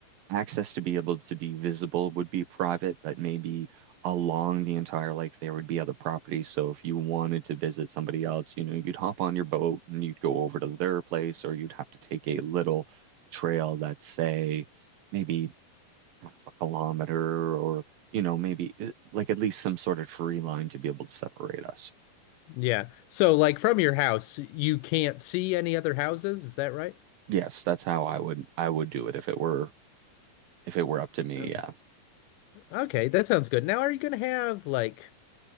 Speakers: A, on the right (about 90°); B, on the left (about 80°).
A: access to be able to be visible would be private, but maybe along the entire lake there would be other properties. So if you wanted to visit somebody else, you know, you'd hop on your boat and you'd go over to their place, or you'd have to take a little trail that's, say, maybe half a kilometer or, you know, maybe eh, like at least some sort of tree line to be able to separate us.
B: Yeah. So like from your house, you can't see any other houses, is that right?
A: Yes, that's how I would I would do it if it were if it were up to me.
B: Oh,
A: Yeah.
B: okay, that sounds good. Now, are you gonna have like